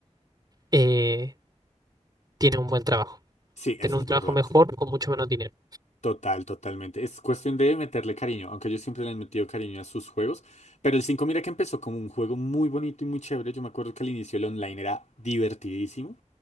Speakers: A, on the right; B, on the left.
A: eh, tiene un buen trabajo.
B: Sí,
A: Tiene
B: eso
A: un
B: es
A: trabajo
B: verdad.
A: mejor con mucho menos dinero.
B: Total, totalmente. Es cuestión de meterle cariño, aunque yo siempre le he metido cariño a sus juegos. Pero el 5, mira que empezó como un juego muy bonito y muy chévere. Yo me acuerdo que al inicio el online era divertidísimo.